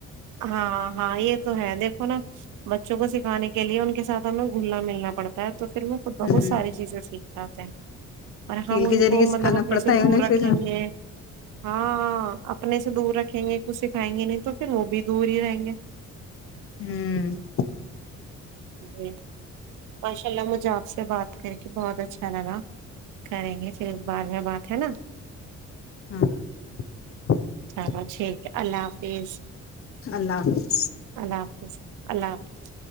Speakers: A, on the right (about 85°); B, on the left (about 45°).
A: ہاں ہاں یہ تو ہے دیکھو نا بچوں کو سکھانے کے لیے ان کے ساتھ ہمیں گھلنا ملنا پڑتا ہے تو پھر ہم خ بہت
B: ہ
A: ساری چیزیں سیکھ جاتے ہیں اور
B: کھیل
A: ہم ان
B: کے ذریعے
A: کو
B: سکھانا
A: مطلب اپنے
B: پڑتا
A: سے
B: ہے انہیں
A: دور رکھیں
B: پھر
A: گے ہاں اپنے سے دور رکھیں گ سکھائیں گے نہیں تو پھر وہ بھی دور ہی رہیں گے
B: ہوں <inaudible>
A: جی ماشاء اللہ مجھے آپ سے بات کر کے بہت اچھا لگا کریں گے پھر اس بار میں بات ہے نا
B: ہاں ہ
A: چلو
B: <inaudible>
A: ٹھیک ہے اللہ حافظ
B: اللہ حافظ
A: اللہ حافظ اللہ حافظ